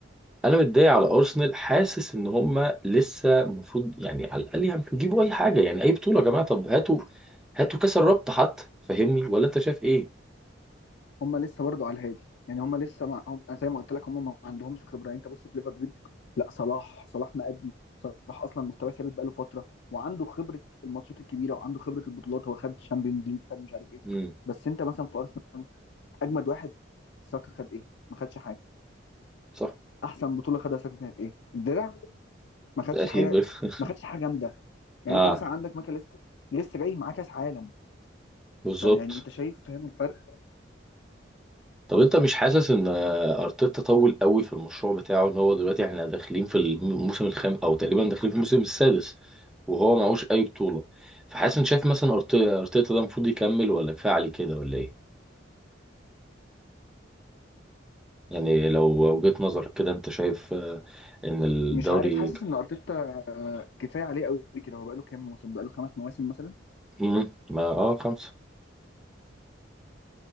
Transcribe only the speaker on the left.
هم لسه برضو على الهادي يعني هم لسه مع... هم زي ما قلت لك هم ما عندهمش خبره يعني انت بص في ليفربول لا صلاح صلاح مأدي صلاح اصلا مستواه ثابت بقاله فتره وعنده خبره الماتشات الكبيره وعنده خبره البطولات هو خد تشامبيونز ليج خد مش عارف ايه
بس انت مثلا في ارسنال اجمد واحد ساكا خد ايه؟ ما خدش حاجه
احسن بطوله خدها ساكا كانت ايه؟ الدرع ما خدش
حاجه
ما خدش حاجه جامده يعني
انت مثلا عندك ماكا لسه لسه جاي معاه كاس عالم
فيعني انت شايف فاهم الفرق
مش عارف حاسس ان ارتيتا آه، كفايه عليه قوي كده هو بقاله كام موسم بقاله خمس مواسم مثلا